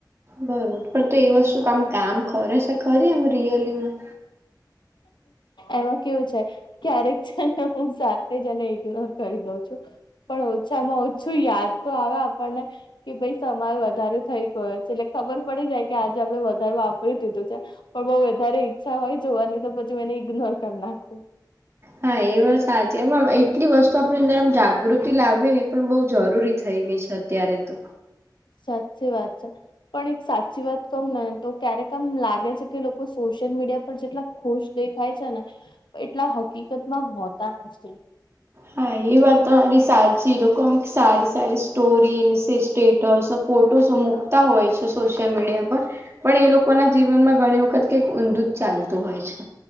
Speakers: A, on the right; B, on the left.
A: બરોબર પણ તો એ વસ્તુ કામ કામ કરરેે છે. ખરી એમ રિયલીમાં.
B: એમાં કેવું છે. ક્યારેક છે ને હું સાથે જ એને ઈગ્નોર કરી દઉં છું. પણ ઓછામાં. છું યાદ તો આવે આપણને. કે ભાઈ તમારે વધારે થઈ ગયો છે એટલે ખબર પડી જાય કે આજે આપડણે વધારે વાપરી દીધું છે. પણ બઉ વધારે ઈચ્છા હોય જોવાની તો પછી મેને ઈગ્નોર કરી નાખું.
A: હા એ વાત સાચી એમાં એટલી વસ્તુ આપણી અંદર આમ જાગૃતિ લાવવી ને એ પણ બહુ જરૂરી થઈ ગઈ છે. અત્યારે તો.
B: સાચી વાત છે. પણ એક સાચી વાત કહું ને તો ક્યારેક આમ લાગે છે કે લોકો સોશિયલ મીડિયા પર જેટલા ખુશ દેખાય છે, ને એટલા હકીકત માં હોતા નથી.
A: હા એ વાત તો તમારી સાચી લોકો અમે સારી સારી. સ્ટોરી સ્ટેટસ ફોટોસ મૂકતા હોય છે. સોશિયલ મીડિયા પર પણ એ લોકોના જીવનમાં ઘણી વખત કઈક ઊંધુ જ ચાલતું હોય છે.